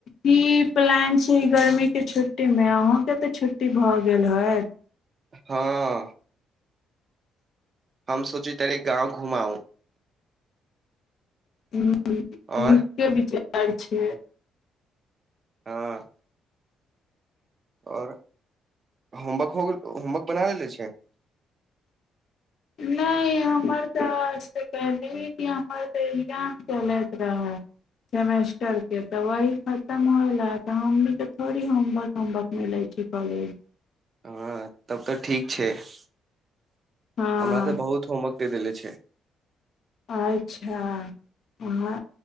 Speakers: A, on the left (about 60°); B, on the right (about 40°).
A: की प्लान छै ई गर्मीके छुट्टीमे अहूँके तऽ छुट्टी भऽ गेल हय
B: हँ हम सुोचितरे गाँव घुमाउं
A: ह
B: आओर
A: नि बिचार कर छै
B: हँ आओर होमवर्क हो गेल होमवर्क बना लेे छै
A: नहि हमर तऽ आज तऽ कहलियी कि हमर तऽ एग्जाम चलैत रहए सेमेस्टरके तऽ वही खतम होयल तऽ हमहूँ तऽ थोड़े होमवर्क होमवर्क नहि लै छी कॉलेज
B: हँ तब तऽ ठीक छै हमरा
A: हँ
B: तऽ बहुत होमवर्क देल छै
A: अच्छा अहाँ